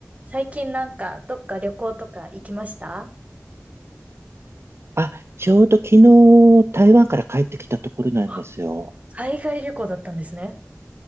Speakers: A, on the right; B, on the right.
A: 最近なんか、どっか旅行とか行きました
B: あ、ちょうど昨日台湾から帰ってきたところなんですよ。
A: あ、海外旅行だったんですね。